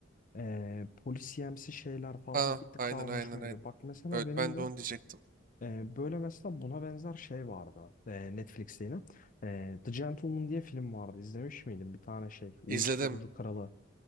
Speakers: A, on the left; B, on the right.
A: eee polisiyemsi şeyler falan
B: Ha,
A: bir tık
B: aynen
A: daha hoşuma
B: aynen
A: gidiyor.
B: aynen.
A: Bak mesela
B: Öyle,
A: benim
B: ben
A: de
B: de onu diyecektim.
A: ee, böyle mesela buna benzer şey vardı. Ee, Netflix'te yine. Ee, The Gentleman diye film vardı. İzlemiş miydin? Bir tane şey. Uyuşturucu
B: İzledim.
A: kralı.